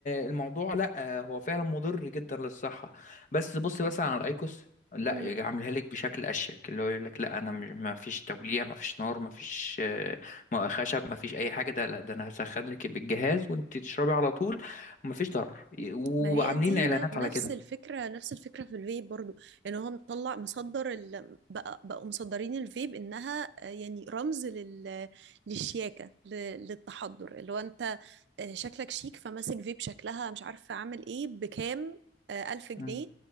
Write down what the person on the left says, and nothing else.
الموضوع لا هو فعلا مضر جدا للصحة بس بص مثلا على الايكوس لا
يجي عاملها لك بشكل اشيك اللي هو يقول لك لا انا مش ما فيش توليع ما فيش نار ما فيش آه، ما- خشب ما فيش اي حاجه ده لا ده انا هسخن لك بالجهاز وانت تشربي على طول وما فيش ضرر وعاملين
اعلانات
على
كده
امم